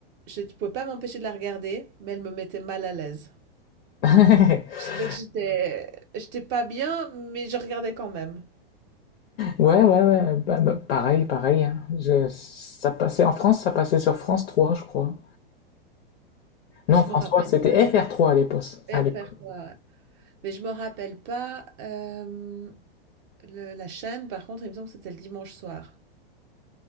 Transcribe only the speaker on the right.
je je pouvais pas m'empêcher de la regarder, mais elle me mettait mal à l'aise.
Je sais que j'étais j'étais pas bien, mais je regardais quand même.
Je
me rappelle
pas c
FR3,
ouais. Mais je me rappelle pas, hem Le la chaîne, par contre, il me semble que c'était le dimanche soir.